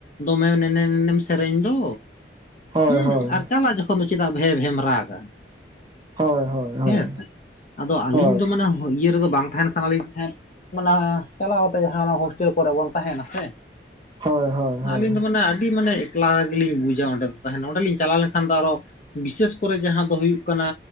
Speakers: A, on the left; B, on the right.
A: ᱫᱚᱢᱮ ᱱᱮᱱᱮ ᱱᱮᱱᱮᱢ ᱥᱮᱨᱮᱧ ᱫᱚ᱾
B: ᱦᱳᱭ
A: ᱦᱩᱸ᱾
B: ᱦᱳᱭ
A: ᱟᱨ ᱪᱟᱞᱟᱜ ᱡᱚᱠᱷᱚᱱ ᱫᱚ ᱪᱮᱫᱟᱜ ᱵᱷᱮ-ᱵᱷᱮᱢ ᱨᱟᱜᱟ?
B: ᱦᱳᱭ ᱦᱳᱭ ᱦᱳᱭ
A: ᱦᱮᱸ ᱥᱮ᱾ ᱟᱫᱚ ᱟᱹᱞᱤᱧ
B: ᱦᱳᱭ
A: ᱫᱚ ᱢᱟᱱᱮ ᱤᱭᱟᱹ ᱨᱮᱫᱚ ᱵᱟᱝ ᱛᱟᱦᱮᱱ ᱥᱟᱱᱟ ᱞᱧ ᱛᱟᱦᱮᱸ᱾ ᱢᱟᱱᱮ ᱪᱟᱞᱟᱣ ᱠᱟᱛᱮᱜ ᱡᱟᱦᱟᱸ ᱚᱱᱟ ᱦᱳᱥᱴᱮᱞ ᱠᱚᱨᱮ ᱵᱚᱱ ᱛᱟᱦᱮᱱᱟ ᱥᱮ᱾
B: ᱦᱳᱭ ᱦᱳᱭ ᱦᱳᱭ
A: ᱟᱹᱞᱤᱧ ᱫᱚ ᱢᱟᱱᱮ ᱟᱹᱰᱤ ᱢᱟᱱᱮ ᱮᱠᱞᱟ ᱜᱮᱞᱤᱧ ᱵᱩᱡᱟ ᱚᱸᱰᱮ ᱫᱚ ᱛᱟᱦᱮᱱ ᱚᱸᱰᱮ ᱞᱤᱧ ᱪᱟᱞᱟᱣ ᱞᱮᱱ ᱠᱷᱟᱱ ᱫᱚ ᱟᱨᱚ ᱵᱤᱥᱮᱥ ᱠᱚᱨᱮ ᱡᱟᱦᱟᱸ ᱫᱚ ᱦᱩᱭᱩᱜ ᱠᱟᱱᱟ